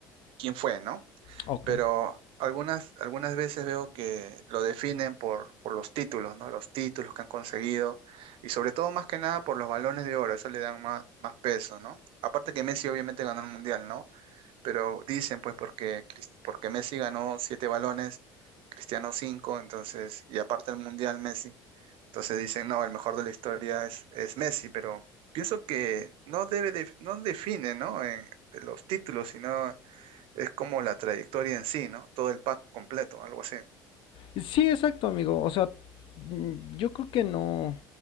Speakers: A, on the right; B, on the left.
A: quién fue, ¿no?
B: <laughs> ok.
A: pero algunas, algunas veces veo que lo definen por, por los títulos, ¿no? Los títulos que han conseguido y sobre todo más que nada por los balones de oro, eso le dan más, más peso, ¿no? Aparte que Messi obviamente ganó el mundial, ¿no? Pero dicen pues porque, Crist- porque Messi ganó siete balones, Cristiano cinco, entonces, y aparte el mundial Messi, entonces dicen, no, el mejor de la historia es, es Messi, pero pienso que no debe, de- no define, ¿no? En- en los títulos, sino es como la trayectoria en sí, ¿no? Todo el pack completo, algo así.
B: Sí, exacto, amigo. O sea, mm, yo creo que no,